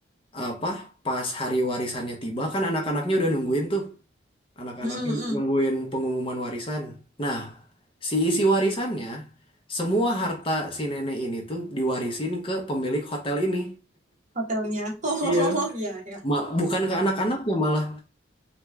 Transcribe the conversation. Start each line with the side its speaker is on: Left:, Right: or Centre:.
Left: apa pas hari warisannya tiba kan anak-anaknya udah nungguin tuh. Anak-anaknya
Right: Mm, mm,
Left: nungguin
Right: mm.
Left: pengumuman warisan. Nah, si isi warisannya, semua harta si nenek ini tuh diwarisin ke pemilik hotel ini.
Right: Hotelnya. <laughs>
Left: Iya.
Right: Oh, ya, ya.
Left: Ma- bukan ke anak-anaknya malah,